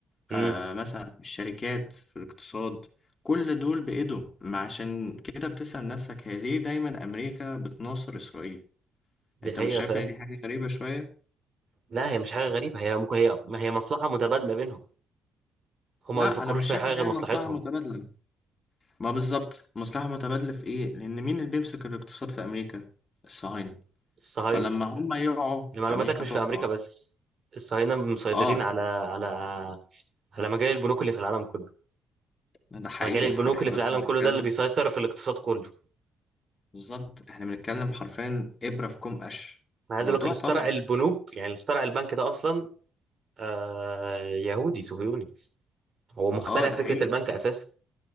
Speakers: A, on the right; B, on the left.
A: امم
B: آه مثلا الشركات في الاقتصاد كل دول بإيدهم ما عشان كده بتسأل نفسك هي ليه دايما أمريكا بتناصر إسرائيل؟
A: دي
B: أنت
A: حقيقة
B: مش شايف
A: فعلا
B: إن دي حاجة غريبة شوية؟
A: لا هي مش حاجة غريبة هي ممكن هي ما هي مصلحة متبادلة بينهم هما
B: لا
A: ما بيفكروش
B: أنا مش
A: في
B: شايف
A: أي حاجة
B: إن
A: غير
B: هي
A: مصلحتهم
B: مصلحة متبادلة ما بالظبط مصلحة متبادلة في إيه؟ لأن مين اللي بيمسك الاقتصاد في أمريكا؟ الصهاينة
A: الصهاينة
B: فلما هم يقعوا
A: لمعلوماتك
B: أمريكا
A: مش
B: تقع
A: في أمريكا بس الصهاينة مسيطرين
B: آه
A: على على على مجال البنوك اللي في العالم كله
B: ده حقيقي
A: مجال البنوك
B: <laughs> إحنا
A: اللي في
B: بس
A: العالم
B: بنتكلم
A: كله ده اللي بيسيطر في الاقتصاد كله
B: بالظبط إحنا بنتكلم حرفيا إبرة في كوم قش
A: انا عايز
B: الموضوع
A: اقول لك اللي اخترع
B: طبيعي
A: البنوك يعني اللي اخترع البنك ده اصلا آه يهودي صهيوني هو مخترع
B: آه ده
A: فكره
B: حقيقي
A: البنك اساسا